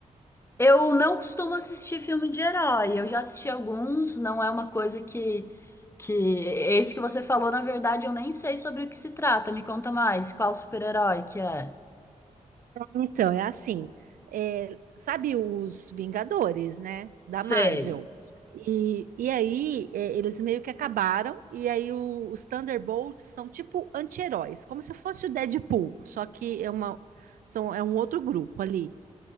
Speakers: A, on the left (about 20°); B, on the right (about 85°).
A: Eu não costumo assistir filme de herói, eu já assisti alguns, não é uma coisa que que esse que você falou, na verdade, eu nem sei sobre o que se trata. Me conta mais, qual super-herói que é?
B: Então, é assim, é, sabe os Vingadores, né, da
A: Sei.
B: Marvel? E, e aí é, eles meio que acabaram, e aí o- os Thunderbolts são tipo anti-heróis, como se fosse o Deadpool, só que é uma, são, é um outro grupo ali.